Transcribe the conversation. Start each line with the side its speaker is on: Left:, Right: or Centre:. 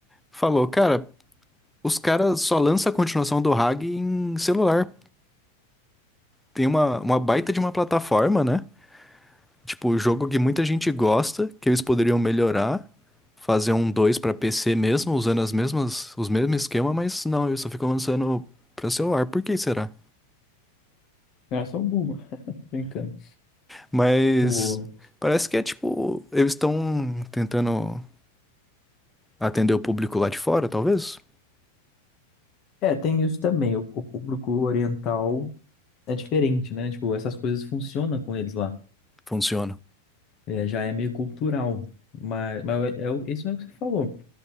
Centre: falou, cara, os caras só lançam a continuação do Hag em celular. Tem uma, uma baita de uma plataforma, né? Tipo, o jogo que muita gente gosta, que eles poderiam melhorar, fazer um 2 pra PC mesmo, usando as mesmas, os mesmos esquema, mas não, eles só ficam lançando pra celular. Por que será?
Left: é só um boom, <laughs> brincando.
Centre: Mas
Left: O...
Centre: parece que é tipo, eles estão tentando atender o público lá de fora, talvez?
Left: É, tem isso também. O, o público oriental é diferente, né? Tipo, essas coisas funcionam com eles lá.
Centre: Funciona.
Left: É, já é meio cultural. Mas, mas é, é, o- isso é o que você falou.